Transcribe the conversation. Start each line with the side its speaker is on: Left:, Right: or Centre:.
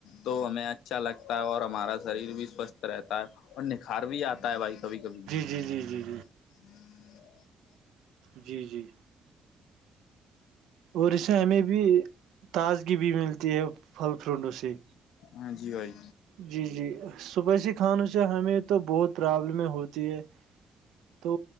Left: تو ہمیں اچھا لگتا ہے اور ہمارا شریر بھی سوستھ رہتا ہے اور نکھار بھی آتا ہے بھائیک کبھی کبھی
Right: جی جی جی جی
Left: <unintelligible>
Right: جی جی اور اسے ہمیں بھی تازگی بھی ملتی ہے پھل فروٹ اسے
Left: ہاں جی بھائی
Right: جی جی سپسی کھانوں سے ہمیں تو بہت پرابلمیں ہوتی ہے تو